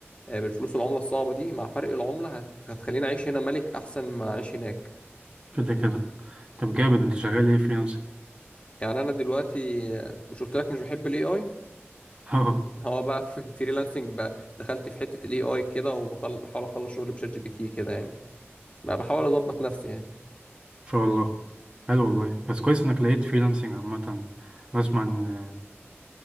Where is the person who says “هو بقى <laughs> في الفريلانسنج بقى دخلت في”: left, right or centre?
Left